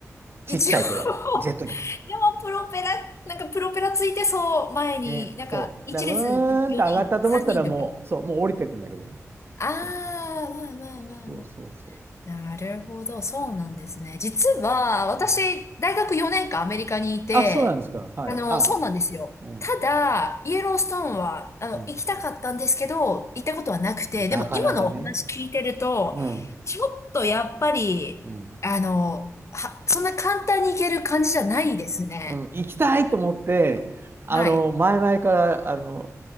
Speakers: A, on the right; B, on the left.
A: ちっちゃいけど、
B: 一応 <laughs>
A: ジェット機です。
B: でもプロペラ、なんかプロペラついてそう、前に、
A: ね、
B: なんか、
A: そう。
B: 一列4人、
A: だから、うーんと上がったと思ったらもう、
B: 3人とか。
A: そう、もう降りてくんだけどね。
B: あー、
A: 基本的に
B: まあまあまあまあ
A: そうそうそ
B: なるほど、そうなんですね。実は、私、
A: う。うん
B: 大学4年間アメリカにいて、
A: あ、そうなんですか。はい。
B: あの、
A: あ、
B: そうなんですよ。
A: うん、
B: ただ、イエローストーンは、あの、
A: うん。
B: 行きたかったんですけど、行ったことはなくて、
A: なかなかね。
B: でも今のお話聞いてると、
A: うん、
B: ちょっとやっぱり、
A: うん、
B: あの、は、そんな簡単に行ける感じじゃないですね。
A: うん。行きたいと思って、あの、
B: はい。
A: 前々から、あの、